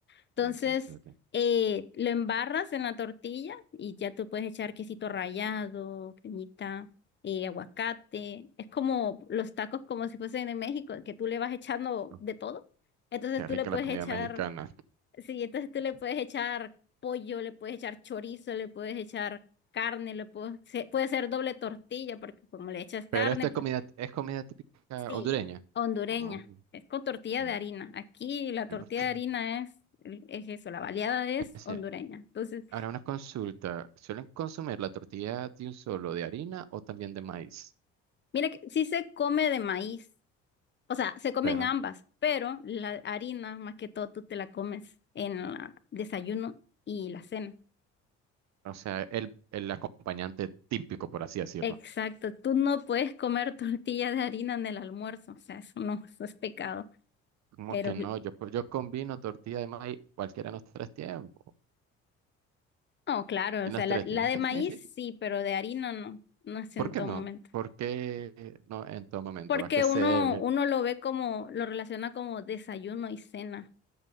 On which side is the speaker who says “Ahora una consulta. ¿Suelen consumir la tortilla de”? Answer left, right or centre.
Right